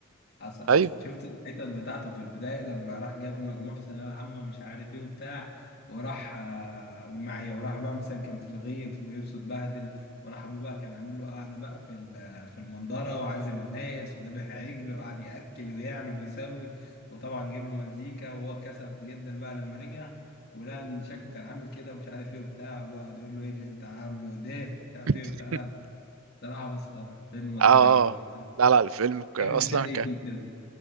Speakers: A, on the left; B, on the right.
A: حصل
B: ايوه
A: حصل شفت الحتت بتاعته في البداية لما راح جاب مجموع في الثانوية العامة مش عارف ايه وبتاع وراح آه، قول معايا وراح بقى مثلا كان في الغيط ولبسه اتبهدل وراح ابوه بقى كان عامل له قعدة بقى في ال- في المنظرة وعازم الناس وذبح عجل وقعد يأكل ويعمل ويسوي وطبعا جاب له مزيكا وهو كسف جدا بقى لما رجع ولقى ان شكله كان عامل كده ومش عارف ايه وبتاع ابوه قعد يقول له ايه اللي انت عامله ده مش عارف
B: <laughs>
A: ايه وبتاع لا لا صراحة مسخرة الفيلم مسخرة
B: اه
A: جدا
B: آه. لا لا الفيلم ك-
A: تحب
B: اصلا
A: مشاهد ايه فيه كده؟